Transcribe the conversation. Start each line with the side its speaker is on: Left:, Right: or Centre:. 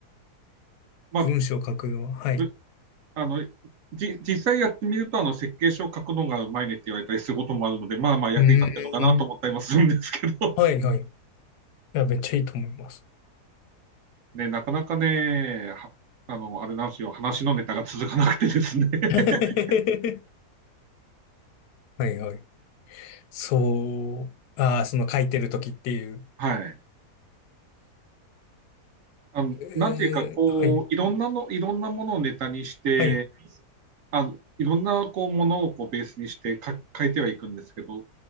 Right: <laughs> まあ、
Left: 文章を書くのは、はい。
Right: ぶ
Left: う
Right: あの、じ、実際やってみると、あの、設計書を書くのがうまいねって言われたりすることもあるので、まあまあ役に立ってるのかなと思ったりもするんですけど。
Left: ーん。はい、はい。いや、めっちゃいいと思います。
Right: ね、なかなかね、はあの、あれなんですよ、話のネタが続かなくてですね。<laughs>
Left: <laughs> はい、はい。そう、ああ、その書いてるときっていう。
Right: はい。あの、
Left: えー、
Right: なんていうか、こう、
Left: はい、
Right: いろんなの、いろんなものをネタにして、
Left: はい、
Right: あの、いろんな、こう、ものをこうベースにして書書いてはいくんですけど、